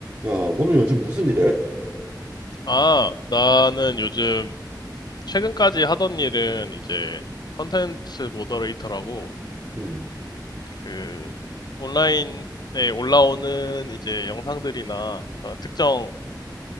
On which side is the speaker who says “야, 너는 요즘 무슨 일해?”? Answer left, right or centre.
Right